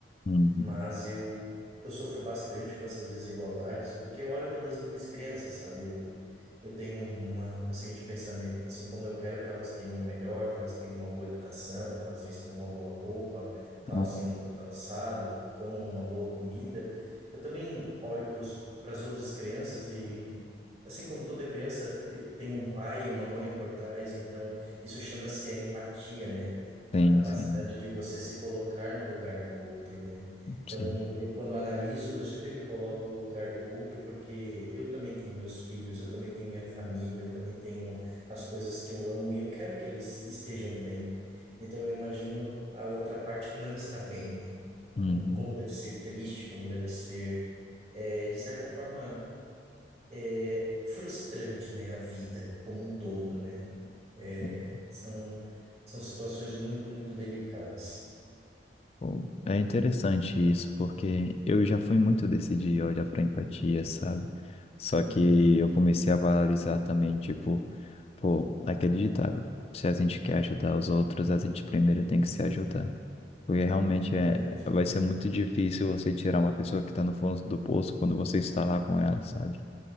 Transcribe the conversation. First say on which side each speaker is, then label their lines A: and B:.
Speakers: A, on the left (about 35°); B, on the right (about 35°).
A: Uhum.
B: Mas eu, eu sofro bastante com essas desigualdades, porque eu olho pelas minhas crianças, sabe? Eu, eu tenho uma, uma seguinte pensamento, assim, como eu quero que elas tenham o melhor, que elas tenham uma boa educação, que elas vistam uma boa roupa, calcem
A: Ah,
B: um bom calçado, comam uma boa comida, eu também olho para as outras crianças e, e, assim como toda criança, eh, tem um pai e uma mãe por trás, então isso chama-se a empatia, né? A
A: Sim,
B: capacidade
A: sim,
B: de você se colocar no lugar do outro, né? Então,
A: sim.
B: eu quando analiso, eu sempre me coloco no lugar do outro, porque eu também tenho meus filhos, eu também tenho minha família, eu também tenho as coisas que eu amo e eu quero que eles estejam bem. Então, eu imagino a outra parte que não está bem, né?
A: Uhum.
B: Como, como deve ser triste, como deve ser, é, de certa forma, é, frustrante, né? A vida como um todo, né? É,
A: uhum.
B: são, são situações muito, muito delicadas.
A: Bom, É interessante isso, porque eu já fui muito desse de olhar para empatia, sabe? Só
B: Uhum,
A: que eu comecei a valorizar também, tipo, pô, aquele ditado, se a gente quer ajudar os outros, a gente primeiro tem que se ajudar. Porque realmente
B: é verdade.
A: é, vai ser muito difícil você tirar uma pessoa que está no fundo do poço quando você está lá com ela, sabe?